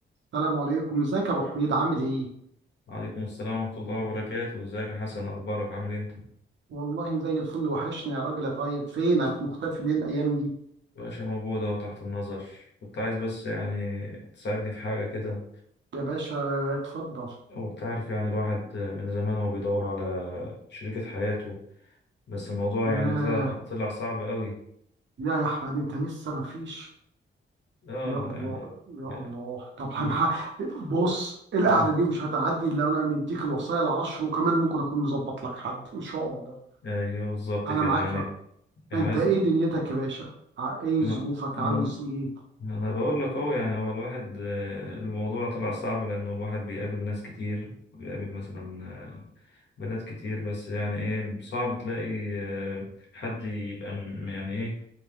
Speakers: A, on the right; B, on the left.
A: السلام عليكم ازيك يا ابو حميد عامل ايه
B: وعليكم السلام ورحمة الله وبركاته ازيك يا حسن اخبارك عامل إيه انت
A: والله زي الفل وحشنا يا راجل يا طيب فينك مختفي ليه الايام دي
B: باشا موجود اهو تحت النظر كنت عايز بس يعني تساعدني في حاجة كده
A: يا باشا اتفضل
B: هو أنت عارف يعني الواحد من زمان هو بيدور على شريكة حياته بس الموضوع
A: ياه
B: يعني طلع طلع صعب قوي
A: يا يا احمد انت لسه ما فيش
B: اه
A: يا الله
B: يعني
A: يا
B: يعني،
A: الله طب هنح...
B: م-
A: بص القعده
B: م-
A: دي مش هتعدي الا انا مديك الوصايا العشر وكمان ممكن اكون مظبط لك حد ان شاء الله
B: ايوه بالظبط
A: انا
B: كده
A: معاك
B: يعني
A: يا...
B: يعني
A: انت
B: عايز
A: ايه دنيتك يا باشا ع- ايه
B: ما
A: ظروفك
B: ما
A: عاوز ايه
B: انا بقول لك اهو يعني هو الواحد آه، الموضوع طلع صعب لانه الواحد بيقابل ناس كتير بيقابل مثلا آه، بنات كتير بس يعني ايه صعب تلاقي آه، حد يبقى م- يعني ايه